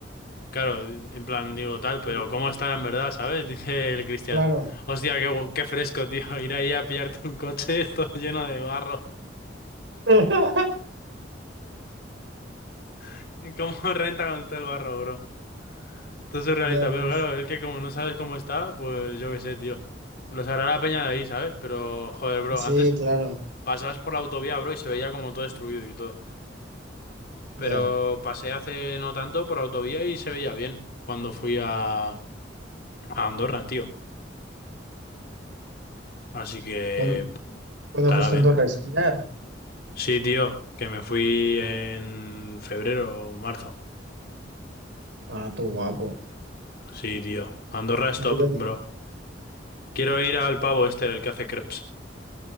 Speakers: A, on the left; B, on the right.
A: Claro, en plan digo tal, pero
B: sí,
A: ¿cómo estará en verdad, sabes? <laughs> Dice el Cristian.
B: claro,
A: Hostia, qué, gu- qué fresco, tío. <laughs> Ir ahí a pillarte un coche <laughs> todo lleno de barro.
B: <laughs>
A: <laughs> ¿Cómo renta con todo el barro, bro? Todo surrealista,
B: Ya ves.
A: pero claro, es que como no sabes cómo está, pues yo qué sé, tío. Lo sabrá la peña de ahí, ¿sabes? Pero, joder, bro,
B: Sí,
A: antes
B: claro,
A: pasabas por la autovía, bro, y se veía como todo destruido y todo. Pero
B: ya.
A: pasé hace no tanto por autovía y se veía bien cuando fui a, a Andorra, tío. Así que,
B: Cuando, cuando
A: estará
B: fuiste
A: bien.
B: en Andorra a esquiar.
A: Sí, tío, que me fui en febrero o marzo.
B: Ah, tú guapo.
A: Sí, tío. Andorra es
B: Y
A: top,
B: yo también.
A: bro. Quiero ir al pavo este, el que hace crepes.